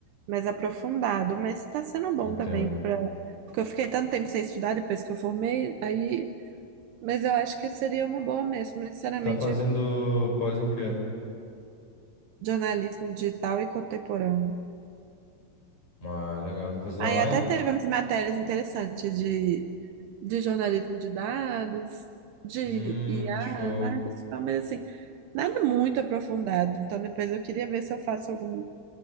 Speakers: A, on the right (about 75°); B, on the left (about 35°).
A: mais aprofundado, mas está sendo bom
B: entendo.
A: também para porque eu fiquei tanto tempo sem estudar depois que eu formei, aí, mas eu acho que seria uma boa mesmo, mas, sinceramente,
B: Tá fazendo pós em quê?
A: jornalismo digital e contemporâneo.
B: Ah, legal. Tá fazendo
A: Aí
B: online?
A: até teve umas matérias interessantes de, de jornalismo de dados, de
B: Hum,
A: IA,
B: show.
A: marketing, digital, mas assim, nada muito aprofundado. Então depois eu queria ver se eu faço algum,